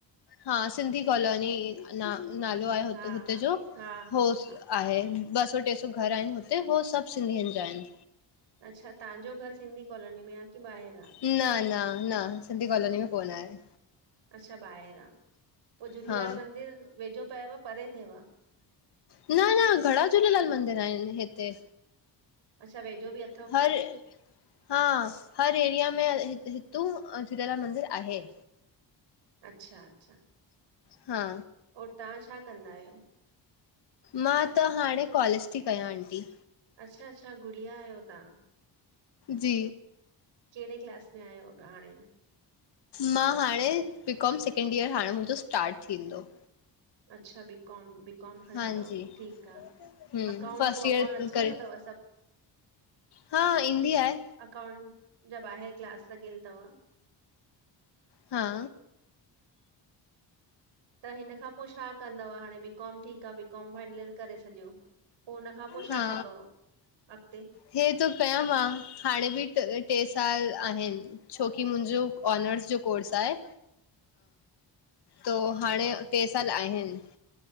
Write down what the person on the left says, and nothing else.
हा सिंधी कॉलोनी ना नालो आहे हुते-हुते
जोो
होस
आहे ॿ सौ टे सौ घर आहिनि हुते हुव सभ सिंधियुनि जा आहिनि।
न न न सिंधी कॉलोनी में कोन आहे।
हा
न न घणा झूलेलाल मंदिर आहिनि हिते।
हर हा, हर एरिया में हित हितु झूलेलाल मंदिर आहे।
हा
मां त हाणे कॉलेज थी कयां आंटी।
जी
मां हाणे बीकॉम सैकेंड ईयर हाणे मुंहिंजो स्टार्ट थींदो।
हांजी
हम
फस्ट
ईयर
करे
हा इंडिया आहे।
हा
हा
हे त कांया मां हाणे बि ट टे साल आहिनि। छोकी मुंहिंजो ऑनर्स जो कोर्स आहे त हाणे टे साल आहिनि।